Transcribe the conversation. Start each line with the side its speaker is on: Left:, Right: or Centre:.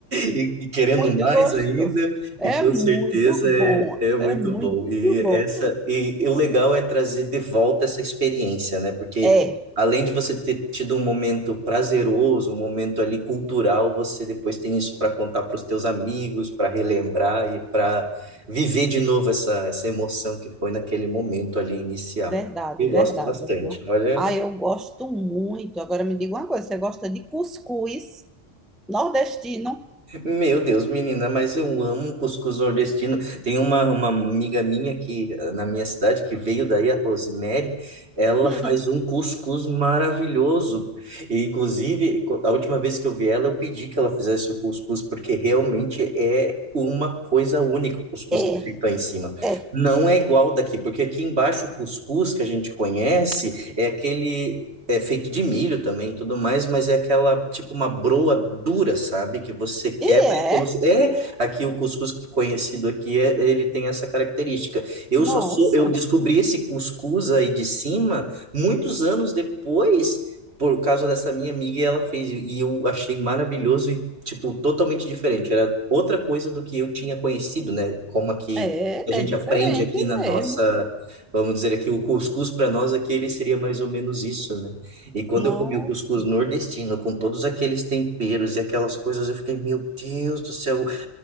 Right: E, e querendo
Centre: muito
Right: mais
Centre: gostoso.
Right: ainda,
Centre: É
Right: e com
Centre: muito
Right: certeza
Centre: bom,
Right: é, é muito
Centre: é muito
Right: bom. E
Centre: bom.
Right: essa e, e o legal é trazer de volta essa experiência, né? Porque
Centre: É,
Right: além de você ter tido um momento prazeroso, um momento ali cultural, você depois tem isso para contar para os teus amigos, para relembrar e para viver de novo essa, essa emoção que foi naquele momento ali inicial.
Centre: verdade,
Right: E
Centre: verdade,
Right: gosto bastante.
Centre: viu?
Right: Olha,
Centre: Ah, eu gosto muito. Agora me diga uma coisa, você gosta de cuscuz nordestino?
Right: Meu Deus, menina, mas eu amo um cuscuz nordestino. Tem uma, uma amiga minha aqui eh, na minha cidade que veio daí, a Rosemary, ela
Centre: Hum,
Right: faz um cuscuz maravilhoso. E, inclusive, co- a última vez que eu vi ela, eu pedi que ela fizesse o cuscuz, porque realmente é uma coisa única o cuscuz
Centre: é,
Right: que é feito aí em cima.
Centre: é.
Right: Não é igual daqui, porque aqui embaixo o cuscuz que a gente conhece é aquele é feito de milho também, e tudo mais, mas é aquela, tipo, uma broa dura, sabe? Que você quebra
Centre: E é?
Right: e como se... É, aqui o cuscuz que conhecido aqui, é, ele tem essa característica. Eu
Centre: Nossa,
Right: só sou, eu descobri esse cuscuz aí de cima muitos anos depois, por causa dessa minha amiga, e ela fez, e eu achei maravilhoso e, tipo, totalmente diferente. Era outra coisa do que eu tinha conhecido, né? Como aqui
Centre: é,
Right: a gente
Centre: é diferente
Right: aprende aqui na
Centre: mesmo.
Right: nossa, vamos dizer aqui, o cuscuz para nós aqui, ele seria mais ou menos isso, né? E quando
Centre: Nossa.
Right: eu comi o cuscuz nordestino, com todos aqueles temperos e aquelas coisas, eu fiquei, meu Deus do céu,